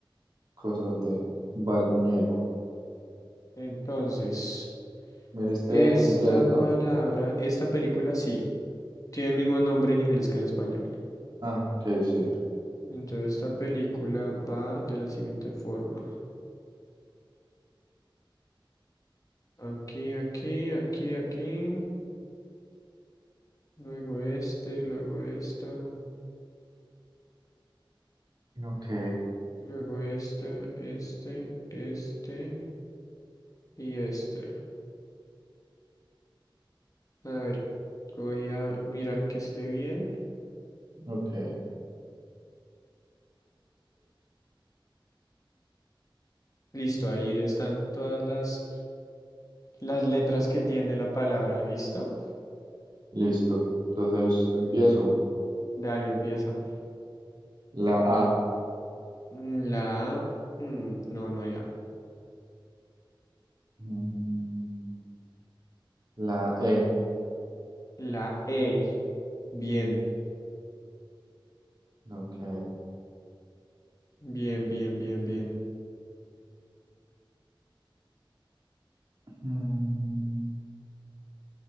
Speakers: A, on the right; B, on the left.
A: cosa donde va el muñeco.
B: Entonces,
A: Me diste
B: esta
A: en inglés,
B: palabra,
A: ¿no?
B: esta película sí, tiene el mismo nombre en inglés que en español.
A: Ah, ok, sí.
B: Entonces, esta película va de la siguiente forma. Aquí, aquí, aquí, aquí. Luego este, luego esta,
A: Ok,
B: luego esta, este, este. Y este, a ver, voy a mirar que esté bien.
A: ok.
B: Listo, ahí están todas las, las letras que tiene la palabra. ¿Listo?
A: Listo. Entonces empiezo.
B: Dale, empieza.
A: La A.
B: Mm, La A. mm, no, no, ya.
A: Mm, La E.
B: La E. Bien,
A: Ok.
B: bien, bien, bien, bien.
A: Mm,